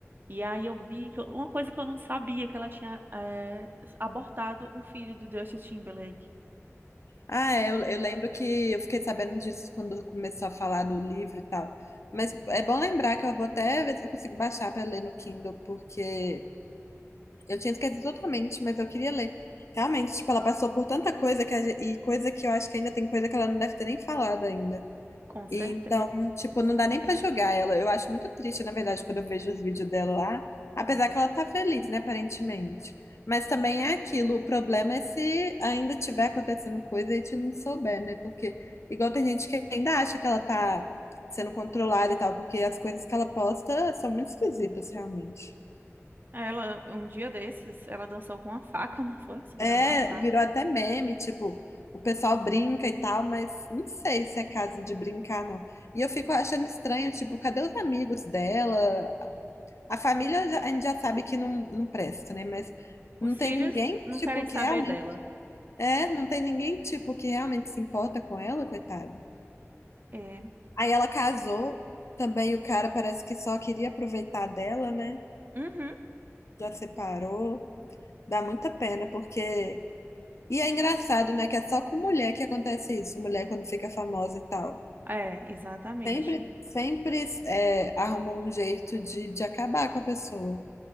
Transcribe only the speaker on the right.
E aí eu vi que eu- uma coisa que eu não sabia, que ela tinha eh, abortado um filho do Justin Timberlake.
Com certeza.
Ela, um dia desses, ela dançou com uma faca, <laughs> não foi? Segurando
uma faca.
Os
filhos
não querem
saber
dela.
É.
Uhum.
É, exatamente.